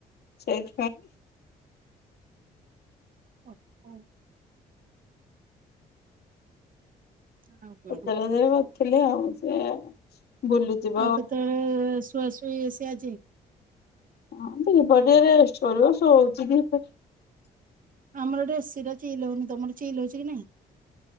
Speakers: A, on the left; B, on the right.
A: ସେତ
B: ଓ ହ ଆଉ କଣ
A: ପତର ହଜାର କରିଥିଲେ ଆଉ। ସେ ବୁଲିଯିବ
B: ଆଉ କେତେବେଳେ ଶୁଆ ସେ ଆଜି
A: ହଁ, ଦ୍ୱିପହରେ ରେଷ୍ଟ କରିବ ଶୋଉଛି ।
B: ଆମର ଟିକେ ଏସିଟା ଚିଲ୍ଲ ହଉନି। ତମର ଚିଲ୍ଳ ହଉଛି କି ନାଇଁ?